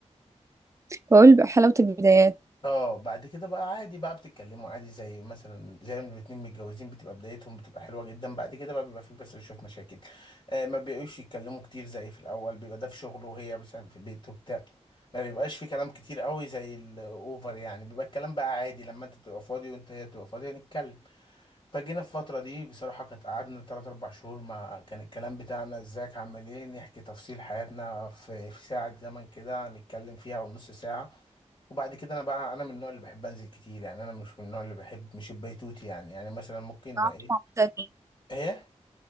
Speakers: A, on the right; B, on the left.
A: بقول بقى حلاوة البدايات
B: اه بعد كده بقى عادي بقى بتتكلموا عادي زي مثلا زي ما الاتنين متجوزين بتبقى بدايتهم بتبقى حلوة جدا بعد كده بقى بيبقى في بس شوية مشاكل آه ما بيبقوش يتكلموا كتير زي في الأول بيبقى ده في شغله وهي مثلا في بيته وبتاع ما بيبقاش في كلام كتير قوي زي الأوفر يعني بيبقى الكلام بقى عادي لما أنت تبقى فاضي وأنت هي تبقى فاضية نتكلم فجينا في الفترة دي بصراحة كانت قعدنا تلات أربع شهور ما كان الكلام بتاعنا ازيك عامل ايه نحكي تفصيل حياتنا في في ساعة زمن كده نتكلم فيها ونص ساعة وبعد كده أنا بقى أنا من النوع اللي بحب أنزل كتير يعني أنا مش من النوع اللي بحب مش البيتوتي يعني يعني مثلا ممكن
A: قعدتوا
B: إيه
A: مع بعض قد إيه؟
B: إيه